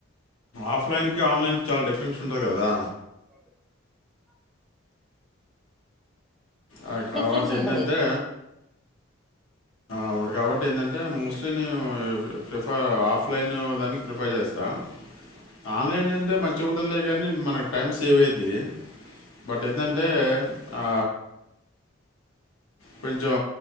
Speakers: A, on the left (about 80°); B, in the centre.
A: ఆఫ్లైన్ కి ఆన్లైన్ కి చాలా డిఫరెన్స్ ఉంటది కదా
B: ఆ
A: అద్ కాబట్టి
B: డిఫరెన్స్ ఉంటది
A: ఏంటంటే అవుడు కాబట్టి ఏంటంటే, మోస్ట్లీ నేను, ప్రిఫర్ ఆఫ్లైన్ దానికి, ప్రిఫర్ చేస్తాం. ఆన్లైన్ అంతే మంచిగా ఉంట్ ఉంటదిలే కాని మన టైం సేవ అయింది. బట్ ఏండంటే ఆ కొంచెం